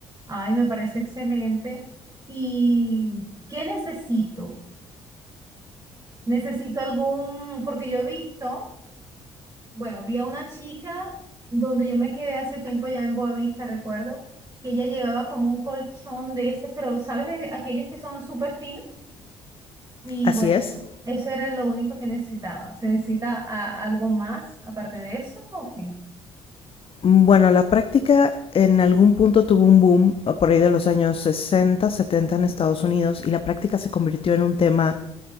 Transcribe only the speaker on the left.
Así
es.
Bueno, la práctica en algún punto tuvo un boom eh, por ahí de los años 60, 70 en Estados Unidos y la práctica se convirtió en un tema